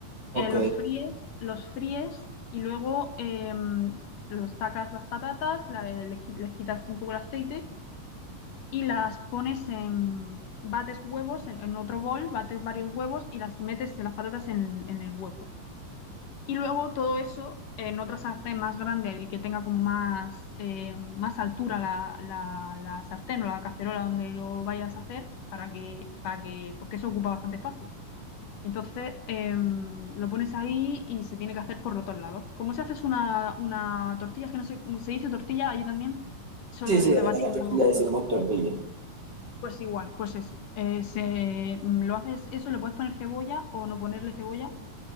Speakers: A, on the right (about 30°); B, on the left (about 70°).
A: Ok.
B: eh, los fríes, los fríes y luego em, los sacas las patatas, la- le qui- les quitas un poco el aceite y las pones en, bates huevos en, en otro bol, bates varios huevos y las metes las patatas en, en el huevo. Y luego todo eso en otra sartén más grande y que tenga como más, eh, más altura la, la- la sartén o la cacerola donde lo vayas a hacer para que, para que, porque eso ocupa bastante espacio. Entonces em, lo pones ahí y se tiene que hacer por los dos lados. ¿Cómo se hace es una, una tortilla? Es que no sé, se dice tortilla allí también. Solo
A: Sí, sí,
B: esto
A: acá
B: de batir huevos.
A: le decimos tortilla.
B: Pues igual, pues eso. Eh, se- mm, lo haces eso, le puedes poner cebolla o no ponerle cebolla.